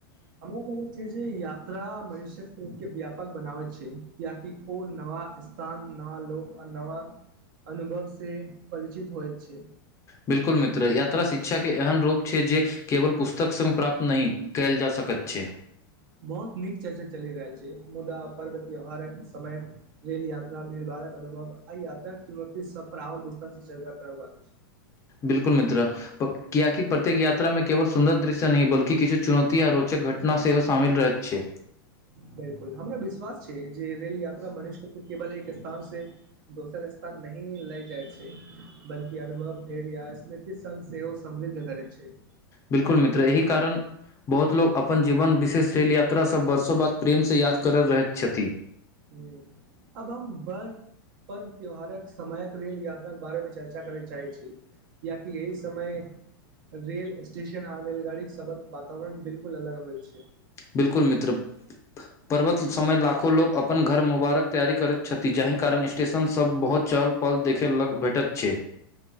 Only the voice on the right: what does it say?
हमरा लागै छै जे यात्रा मनुष्य्यक सोच के व्यापक बनाबैत छै कियकि को नवा सान न लोक आ नवा अनुभव से परिचित होइत छै
बहुत नीक चर्चा चलि रहल छै मुदा पर्व त्योहारक समय रेल यात्रा भीड़ भाड़क अनुभव आई यात्रा चुनौती सब पर आओ विस्तार से चर्चा करात छै
बिल्कुल हमरा विश्वास छै जे रेल यात्रा मनुष्य के केवल एक स्थान से दोसर स्थान नहि लएग जाइ छै बल्कि अनुभव धैर्य या स्मृति संग सेहो <unintelligible> करै छै
हूँ अब हम बै पर्व त्यौहारक समयक रेल यात्राक बारेमे चर्चा करय चाहैत छी किएति एहि समय रेल स्टेशन आ रेलगाड़ी सबक वातावरण बिल्कुल अलग होय छै